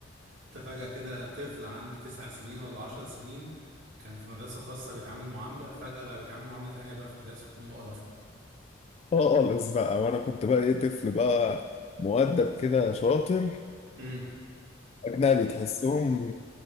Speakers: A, on the right; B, on the left.
A: أنت فجأة كده طفل عنده تسع سنين ولا عشر سنين كان في مدرسة خاصة بيتعامل معاملة فجأة بقى بيتعامل معاملة تانية بقى في مدارس حكومة وقرفها
B: خالص بقى وانا كنت بقى ايه طفل بقى مؤدب كده شاطر
A: امم
B: اجنبي تحسهم